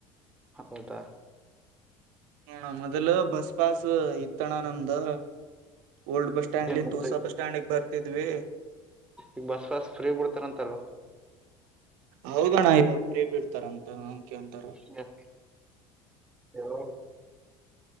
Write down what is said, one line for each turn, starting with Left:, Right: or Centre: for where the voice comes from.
Centre: ಹೌದಾ.
Right: ಹಣ ಮೊದಲು ಬಸ್ ಪಾಸ್ ಇತ್ತಣ ನಮ್ದ್ ಓಡ್ಸ್ ಸ್ಯಾಂಡ್
Centre: ಏನ್
Right: ಇಂತ
Centre: ಮುಗ್ದೈತಿ
Right: ಹೊಸ ಬಸ್ ಸ್ಟ್ಯಾಂಡ್ ಬರ್. ತಿದ್ವಿ
Centre: ಈಗ ಬಸ್ ವಾಸ್ ಫ್ರೀ ಬಿಡ್ತಾರಂತಲ್ವ
Right: ಹೌದಣ್ಣ ಇವಾಗ ಫೀ ಬಿಡ್ತಾರಂತ ಅನ್ಕ ಅಂತಾರ
Centre: ಹ ಹವ